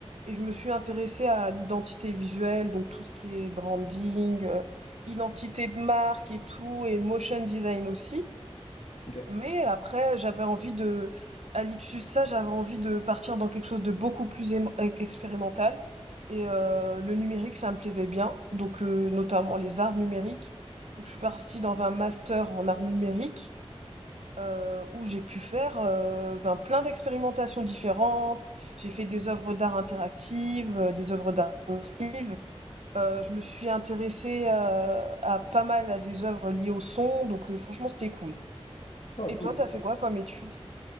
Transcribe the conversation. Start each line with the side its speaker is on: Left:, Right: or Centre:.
Right: et je me suis intéressée à l'identité visuelle, donc tout ce qui est branding, euh, identité de marque et tout, et motion design aussi.
Left: ok.
Right: Mais après, j'avais envie de, à l'issue de ça, j'avais envie de partir dans quelque chose de beaucoup plus émo- e- expérimental. Et euh, le numérique, ça me plaisait bien, donc euh, notamment les arts numériques. Donc je suis partie dans un master en arts numériques euh, où j'ai pu faire euh, ben, plein d'expérimentations différentes. J'ai fait des œuvres d'art interactives, euh, des œuvres d'art immersives. Euh, je me suis intéressée euh, à pas mal à des œuvres liées au son, donc euh, franchement c'était cool.
Left: Oh,
Right: Et
Left: cool.
Right: toi, t'as fait quoi comme étude?